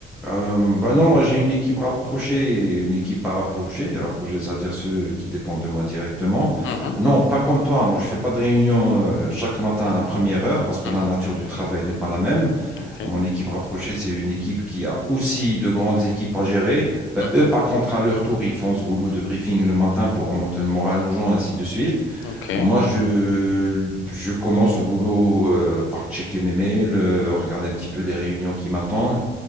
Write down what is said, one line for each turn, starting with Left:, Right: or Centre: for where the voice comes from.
Centre: Euh, bah non, moi j'ai une équipe rapprochée et une équipe pas rapprochée. Et rapprochée, c'est-à-dire ceux qui dépendent de moi directement.
Left: Mhm,
Centre: Non, pas comme toi. Moi, je fais pas de réunion euh, chaque matin à la première heure parce que
Left: mhm,
Centre: la nature du travail n'est pas la même.
Left: ok,
Centre: Mon équipe rapprochée, c'est une équipe qui a aussi de grandes équipes à gérer. Bah,
Left: mhm,
Centre: eux, par contre, à leur tour, ils font ce boulot de briefing le matin pour remonter le moral aux gens, ainsi de suite.
Left: ok,
Centre: Moi, je, je commence au boulot euh, par checker mes mails, euh, regarder un petit peu les réunions qui m'attendent